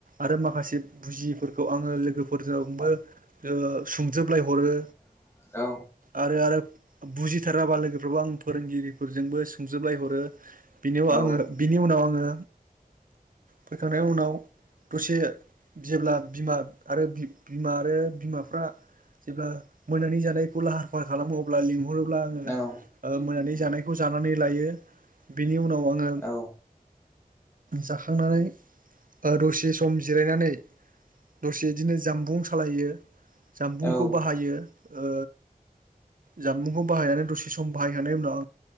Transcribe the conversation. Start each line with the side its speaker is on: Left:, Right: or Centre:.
Right: आरो माखासे बुजिफोरखौ आङो लोगोफोरजोंबो ओ सुंजोबलायहरो
Left: <unintelligible> <inaudible>
Right: आरो आरो बुजिथाराबा लोगोफ्राराबो आं फोरोंगिरिफोरजोंबो सुंजोबलायहरो बिनिआव आङो
Left: औ
Right: बिनि उनाव आङो फैखांनाय उनाव दसे जेब्ला बिमा आरो बि--बिमा आरो बिमाफ्रा जेब्ला मोनानि जानायखौ लाहार -फाहार खालामो अब्ला लिंहरो। अबोला आङो
Left: औ
Right: मोननानै जानायखौ जानानै लायो। बिनि उनाव आङो,,,
Left: आंबो
Right: जाखांनानै दसे सम जिरायनानै,, दसे बिदिनो जामबुं सालायो जामबुंखौ
Left: ओ
Right: बाहायो। ओ जानबुंखौ बाहायनानै दसे सम बाहायखांनायनि उनाव